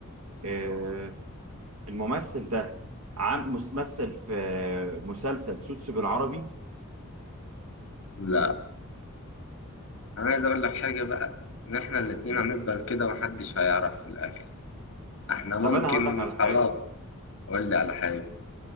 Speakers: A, on the right; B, on the left.
A: آه، الممثل ده عم ممثل في مسلسل سوتس بالعربي
B: لا انا عايز اقول لك حاجة بقى ان احنا الاتنين
A: إيه.
B: هنفضل كده محدش هيعرف في الاخر احنا ممكن
A: طب انا هقول لك على حاجه
B: خلاص قول لي على حاجة